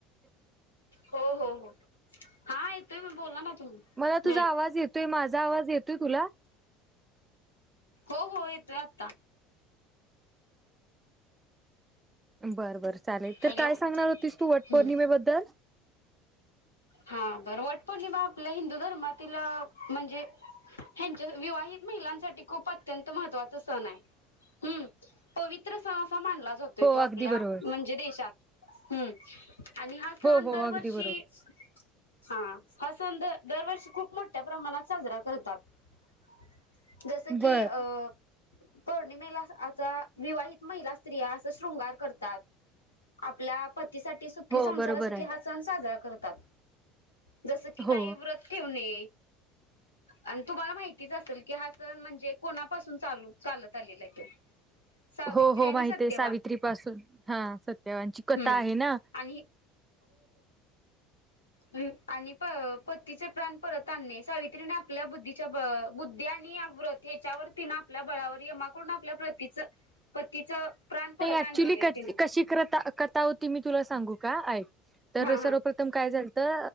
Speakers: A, on the left; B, on the right.
A: हो हो हो हा मी बोला ना तुम्ही
B: मला
A: मी
B: तुझा
A: ऐक
B: आवाज येतोय माझा आवाज येतोय तुला
A: हो हो येतोय आता
B: बर बर चालेल तर
A: हॅलो
B: काय सांगणार होतीस तू वट
A: हम्म
B: पौर्णिमेबद्दल
A: हा बरं वट पौर्णिमा आपल्या हिल ह धर्मातील म्हणजे ह्यांच्या विवाहित महिलांसाठी खूप अत्यंत महत्त्वाचा सण आहे हम्म पवित्र सण असं हा मानला जातोय
B: हो
A: तो आपल्या
B: अगदी बरोबर
A: म्हणजे देशात हम्म आणि हा सण
B: हो हो
A: दरवर्षी
B: अगदी बरोबर
A: च हा हरसन दरवर्षी खूप मोठ्या प्रमाणात साजरा करतात जसं की
B: बर
A: अ पौर्णिमेला आचा विवाहित महिला स्त्रिया अस शृंगार करतात. आपल्या पत पतीसाठी सुखी
B: हो
A: संसारासाठी
B: बरोबर आहे
A: हा सण साजरा कर तात. जसं की काही
B: हो
A: व्रत ठेवणे. आणि तुम्हाला माहितीच असेल की हा सण म्हणजे कोणापासून चालू चालत आलेला आहे तो. सावित्री
B: हो हो
A: आणि
B: माहित
A: सत्यवान
B: आहे सावित्री पासून हा सत्यवानची कथा
A: हम्म
B: आहे ना.
A: आणि हम् आणि प पतीचे प्राण परत आणणे सावित्रीने आपल्या बुद्धीच्या ब बुद्धी आणि व्रत हेच्यावरून तिने आपल्या बळावर यमाकडून आपल्या प्रतीच पतीचं प्राण परत
B: ते ऍक्च्युली
A: आणलेलं आहे
B: क
A: तिनं
B: कशी करता कथा होती मी तुला सांगू का ऐक. तर
A: हा
B: सर्वप्रथम
A: हा
B: काय झाल तर